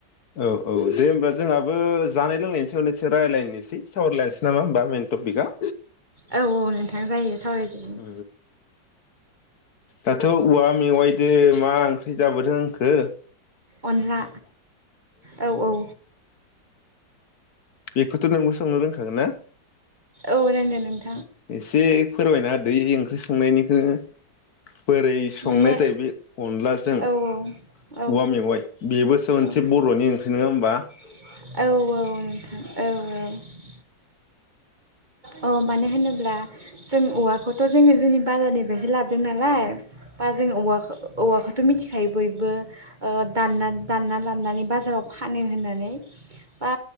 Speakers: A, on the left (about 60°); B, on the right (about 25°).
A: औ औ दे होबा जोंहाबो जानाय लोंनायनि सायावनो एसे रायज्लायनोसै सावरायलायनोसै नामा होनोमबा मैन टपिकआ?
B: औ औ नोंथां जायो। सावराय जायो।
A: औ दाथ' औवा मेवआइदो मा ओंख्रि जाबोदों होनखो
B: अनला औ औ।
A: बेखौथ' नोंबो संनो रोंखागोन ना?
B: औ रोङो नों
A: एसे फोरमायना होदो इ' ओंख्रि संनायनिखौनो बोरै संनाय
B: माने
A: जायो अनलाजों औवा
B: औ औ
A: मेवआइ बेबोसो मोनसे
B: औ
A: बर'नि ओंख्रि नङा हो बा
B: औ औ नोंथां औ औ। अ मानो होनोब्ला जों औवाखौथ' जोङो जोंनि बाजारनिफ्रायसो लाबोदों नालाय। बा जोङो औवा खौऔवाखौथ' मिथिखायो बयबो। ओ दानना दानना लाबनानै बाजाराव फानो होननानै बा